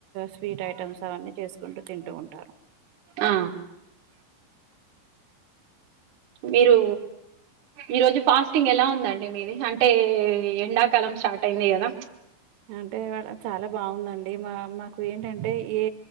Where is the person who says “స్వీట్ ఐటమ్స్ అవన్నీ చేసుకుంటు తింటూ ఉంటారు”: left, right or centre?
Right